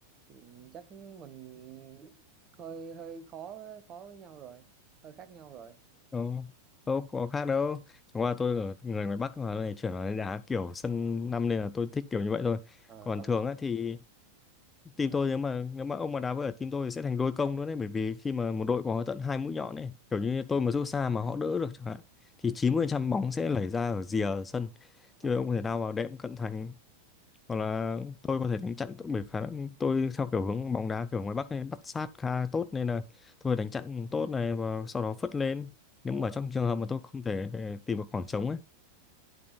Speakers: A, on the right; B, on the left.
A: thì chắc mình hơi hơi khó với- khó với nhau rồi hơi khác nhau rồi
B: đâu đâu có khác đâu chẳng qua tôi ở người ngoài Bắc mà này chuyển vào đây đá kiểu sân năm nên là tôi thích kiểu như vậy thôi
A: Ờ,
B: còn
A: còn
B: thường á thì team
A: ờ
B: tôi nếu mà nếu mà ông mà đá với ở team tôi thì sẽ thành đôi công nữa đấy bởi vì khi mà một đội có tận hai mũi nhọn ấy kiểu như tôi mà rút xa mà họ đỡ được chẳng hạn thì 90% bóng sẽ lẩy ra ở rìa sân thì
A: ờ,
B: ông có thể nào vào đệm cận thành hoặc là tôi có thể đánh chặn tốt bởi khả năng tôi theo kiểu hướng bóng đá kiểu ngoài Bắc này bắt sát khá tốt nên là tôi đánh chặn tốt này và sau đó phất lên
A: ờ,
B: nếu mà trong trường hợp mà tôi không thể ờ, tìm được khoảng trống ấy